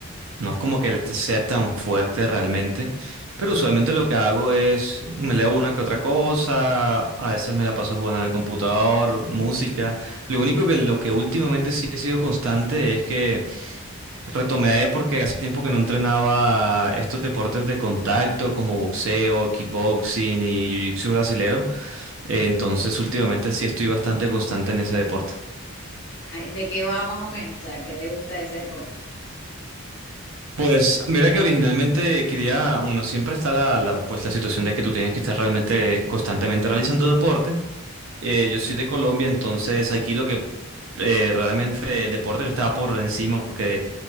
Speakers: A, on the right; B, on the left.
A: No es como que te- sea tan fuerte realmente, pero usualmente lo que hago es me leo una que otra cosa, a veces me la paso jugando en el computador, música. Lo único que lo que últimamente sí he sido constante es que retomé porque hace tiempo que no entrenaba estos deportes de contacto como boxeo, kickboxing y jiu-jitsu brasilero. Eh, Entonces últimamente sí estoy bastante constante en ese deporte.
B: Ay, ¿De qué va más o menos? O sea, ¿qué te gusta de ese deporte?
A: Pues mira que originalmente quería, bueno, siempre está la, la, pues la situación de que tú tienes que estar realmente constantemente realizando deporte. Eh, yo soy de Colombia, entonces aquí lo que eh, realmente el deporte que estaba por encima, que